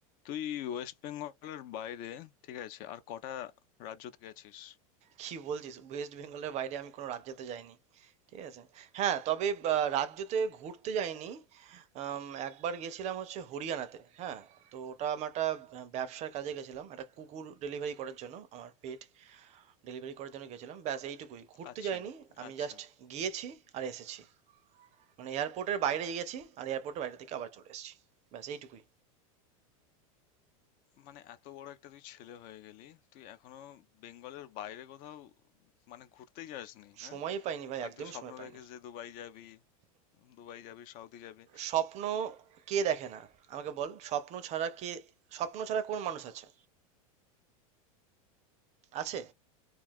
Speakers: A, on the left; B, on the right.
A: তুই ওয়েস্ট বেঙ্গলের বাইরে ঠিক আছে আর কটা রাজ্যতে গেছিস
B: কি বলছিস ওয়েস্ট বেঙ্গলের বাইরে আমি কোনো রাজ্যতে যাইনি ঠিক আছে হ্যাঁ তবে আহ, রাজ্যতে ঘুরতে যাইনি আম, একবার গেছিলাম হচ্ছে হরিয়ানাতে হ্যাঁ তো ওটা আমার একটা আহ, ব্যবসার কাজে গেছিলাম একটা কুকুর ডেলিভারি করার জন্য আমার পেট ডেলিভারি করার জন্য গেছিলাম ব্যাস এইটুকুই ঘুরতে
A: আচ্ছা
B: যাইনি আমি
A: আচ্ছা
B: জাস্ট গিয়েছি আর এসেছি মানে এয়ারপোর্টের বাইরে গেছি আর এয়ারপোর্টের বাইরে থেকে আবার চলে এসেছি ব্যাস এইটুকুই
A: মানে এত বড় একটা তুই ছেলে হয়ে গেলি তুই এখনো বেঙ্গলের বাইরে কোথাও মানে ঘুরতেই যাসনি হ্যাঁ
B: সময়ই পাইনি ভাই
A: আর
B: একদমই
A: তুই স্বপ্ন
B: সময় পাইনি
A: দেখিস যে দুবাই যাবি দুবাই যাবি সাউদি যাবি
B: স্বপ্ন কে দেখে না আমাকে বল স্বপ্ন ছাড়া কে স্বপ্ন ছাড়া কোন মানুষ আছে আছে